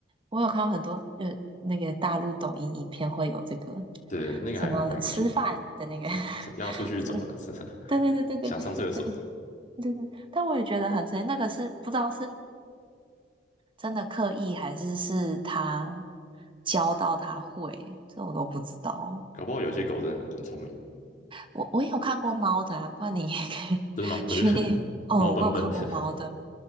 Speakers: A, on the right; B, on the left.
A: 我有看到很多呃那个大陆抖音影片会有这个
B: 对，那个还蛮有趣的
A: 什么嗯吃饭的那个
B: 是吧？什么要出去走了，
A: <laughs>，是，
B: 是
A: 对对对对对对对对，
B: <laughs> 想上厕所，
A: 对对，但我也觉得很神奇，那个是不知道是真的刻意还是是他教到他会，这我都不知道。
B: 搞不好有些狗真的很聪明的
A: 我我也有看过猫的啊，不然你也可以 <laughs>
B: 真的吗？
A: 去练。
B: 我觉得
A: 哦，
B: <laughs> 猫笨笨的，
A: 我有看过猫的，
B: <laughs>